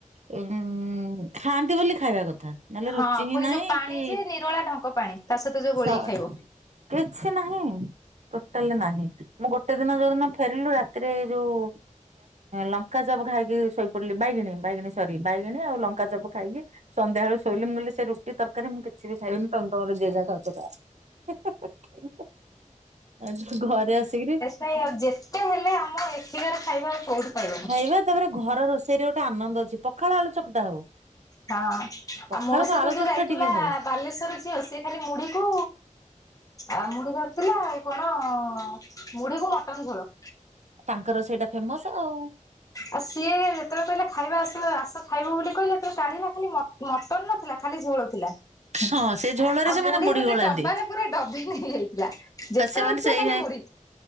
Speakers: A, on the right (about 60°); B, on the left (about 25°).
A: ଉ ଖାଆନ୍ତି ବୋଲି ଖାଇବା କଥା ନହେଲେ
B: ହଁ
A: ରୁଚି ହିଁ
B: ପୁଣି
A: ନାହିଁ
B: ଯୋଉ ପାଣି
A: କି
B: ଯେ ନିରଳା ଢଙ୍କ ପାଣି ତା ସହିତ ଯୋଉ ଗୋଳେଇକି
A: ସ
B: ଖାଇବ।
A: କିଛି ନାହିଁ ଟୋଟାଲି ନାହିଁ ମୁଁ ଗୋଟେ ଦିନ ଯୋଉଦିନ ଫେରିଲୁ ରାତି ରେ ଯୋଉ ଲଙ୍କାଚପ ଖାଇକି ଶୋଇପଡିଲି ବାଇଗିଣୀ ବାଇଗିଣ ସରି ବାଇଗିଣୀ ଆଉ ଲଙ୍କାଚପ ଖାଇକି ସନ୍ଧ୍ୟାବେଳ ଶୋଇଲି ମୁ କହିଲି ସେ ରୁଟି ତରକାରୀ ମୁଁ କିଛି ସେ ବି ଖାଇବେନି ତ ତ ମରେ ଜେଜା ଖାଉଛ ଖାଁ ଆଉ ଯୋଉ ଘରେ ଆସିକିରି
B: ନାଇଁ ଆଉ ଯେତେ ହେଲେ ଆମ ଏଠିକାରେ ଖାଇବା କୋଉଠି ପାଇବନି।
A: ଖାଇବା ତାପରେ ଘର ରୋଷେଇ ରେ ଗୋଟେ ଆନନ୍ଦ ଅଛି ପଖାଳ ଆଳୁ ଚକଟା ହଉ
B: ହଁ
A: ପଖାଳକୁ
B: ଆଉ ମୋ ସହିତ
A: ଆଳୁ
B: ଯୋଉ
A: ଚକଟା
B: ଯାଇଥିଲା
A: ଟିକେ ହଉ
B: ବାଲେଶ୍ଵର ଝିଅ ସେ ଖାଲି ମୁଢିକୁ ଆ ମୁଢି ଧରିଥିଲା ଆଉ କଣ ମୁଢୀକୁୁ ମଟନ ଝୋଳ
A: ତାଙ୍କର ସେଇଟା ଫେମସ ଆଉ
B: ଆଉ ସିଏ ଯେତେବେଳେ କହିଲେ ଖାଇବା ଆସ ଆସା ଖାଇବ ବୋଲି କହିଲେବେଳେ କାଢିଲା ଖାଲି ମତେ ମଟନ ନଥିଲା ଖାଲି ଝୋଳ ଥିଲା
A: ହଁ
B: ଆଉ
A: ସେ ଝୋଳରେ ସେମାନେ
B: ମୁଢି ଗୋଟେ
A: ଗୋଳାନ୍ତି
B: ଡବାରେ ପୁରା ଡବି ନେଇଯାଇଥିଲା ଯେତେବେଳେ
A: ସେମାନେ
B: ଉଠୁଥିଲା
A: ସେଇ
B: ଖାଲି ମୁଢି